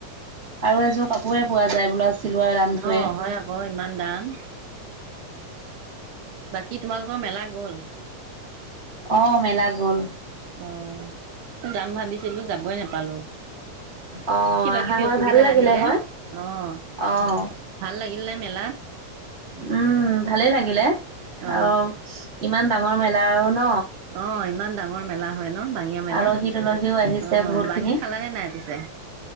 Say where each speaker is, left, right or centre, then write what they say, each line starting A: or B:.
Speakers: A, on the right; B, on the right.
A: আৰু এযোৰ কাপোৰ কোৱে পোৱা যায়, ব্লাউজ। চিলোৱা দামটোৱে
B: অ হয় ক ইমান দাম। বাকী তোমালোকৰ মেলা গ'ল,
A: অ', মেলা' গ'ল।
B: আহ, যাম ভাবিছিলো যাবই নাপালো।
A: অ
B: কিবা
A: আহা
B: কিবি
A: হয়
B: অসুবিধা
A: ভাল লাগিলে
B: আহিলে
A: হয়।
B: আহ
A: অ',
B: ভাল লাগিল নে মেলাত?
A: উম', ভালেই লাগিলে
B: অ
A: আহ', ইমান ইমান ডাঙৰ মেলা আৰু ন।
B: অ', ইমান ডাঙৰ মেলা। হয় ন বাঙীয়া মেলা
A: আলহী তুলসীও আহিছে
B: অ
A: বহুত
B: বাঙি
A: খিনি।
B: খালানে নাই পিছে